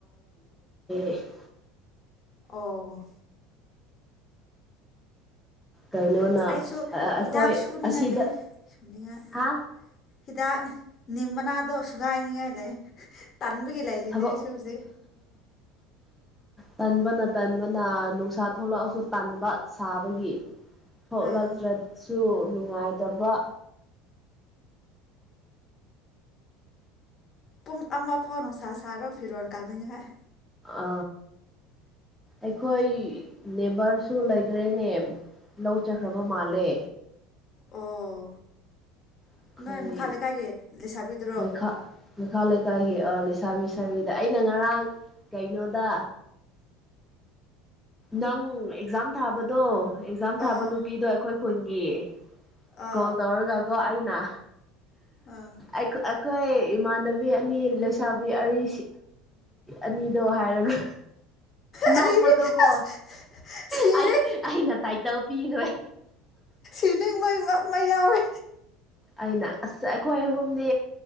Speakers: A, in the centre; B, on the left.
A: <unintelligible>
B: ꯑꯣ
A: ꯀꯩꯅꯣꯅ
B: ꯑꯁ ꯑꯩꯁꯨ
A: ꯑꯩꯈꯣꯏ
B: ꯍꯤꯗꯥꯛ ꯁꯨꯅꯤꯡꯉꯥꯏ
A: ꯑꯁꯤꯗ
B: ꯂꯩ ꯁꯨꯅꯤꯡꯉꯥꯏ
A: ꯍꯥ
B: ꯍꯤꯗꯥꯛ ꯅꯤꯃꯅꯥꯗꯣ ꯁꯨꯒꯥꯏꯅꯤꯡꯉꯥꯏ ꯂꯩ ꯇꯥꯟꯕꯕꯒꯤ ꯂꯩꯥꯏꯔꯤꯅꯦ
A: ꯊꯕꯛ
B: ꯑꯩꯁꯨꯁꯦ
A: ꯇꯟꯕꯅ ꯇꯟꯕꯅ ꯅꯨꯡꯁꯥ ꯊꯣꯛꯂꯛꯑꯁꯨ ꯇꯟꯕ ꯁꯥꯕꯒꯤ ꯊꯣꯛꯂꯛꯇ꯭ꯔꯁꯨ
B: ꯑꯥ
A: ꯅꯨꯡꯉꯥꯏꯇꯕ
B: ꯄꯨꯡ ꯑꯃ ꯐꯥꯎ ꯅꯨꯡꯁꯥ ꯁꯥꯔꯣ ꯐꯤꯔꯣꯜ ꯀꯥꯅꯤꯡꯉꯉꯥꯏ
A: ꯑ ꯑꯩꯈꯣꯏ ꯅꯦꯕꯔꯁꯨ ꯂꯩꯗꯔꯦꯅꯦ ꯂꯧ ꯆꯈ꯭ꯔꯕ ꯃꯥꯜꯂꯦ
B: ꯑꯣ
A: ꯑꯩꯈꯣꯏ
B: ꯅꯣꯏ ꯃꯈꯥ ꯂꯩꯀꯥꯏꯒꯤ ꯂꯩꯁꯥꯕꯤꯗ꯭ꯔꯣ
A: ꯃꯩꯈꯥ ꯃꯈꯥ ꯂꯩꯀꯥꯏꯒꯤ ꯂꯩꯁꯥꯕꯤꯁꯔꯤꯗ ꯑꯩꯅ ꯉꯔꯥꯡ ꯀꯩꯅꯣꯗ ꯅꯪ ꯑꯦꯛꯖꯥꯝ ꯊꯥꯕꯗꯣ ꯑꯦꯛꯖꯥꯝ ꯊꯥꯕ
B: ꯑꯥꯎ
A: ꯅꯨꯄꯤꯗꯣ ꯑꯩꯈꯣꯏ ꯈꯨꯟꯒꯤ
B: ꯑꯥ
A: ꯀꯣꯜ ꯇꯧꯔꯖꯒꯣ ꯑꯩꯅ
B: ꯑꯥ
A: ꯑꯩꯈꯣꯏ ꯏꯃꯥꯟꯅꯕꯤ ꯑꯅꯤ ꯂꯩꯁꯥꯕꯤ ꯑꯤ ꯑꯅꯤꯗꯣ ꯍꯥꯏꯔꯝꯃꯤ
B: ꯑꯔꯤꯕ
A: ꯅꯄꯗ ꯀꯣ
B: ꯑꯁ ꯁꯤꯔꯦ
A: ꯑꯩ ꯑꯩꯅ ꯇꯥꯏꯇꯜ ꯄꯤꯈ꯭ꯔꯦ
B: ꯐꯤ ꯃ ꯌꯥꯎꯋꯦ
A: ꯑꯩꯅ ꯑꯁ ꯑꯩꯈꯣꯏ ꯑꯍꯨꯝꯗꯤ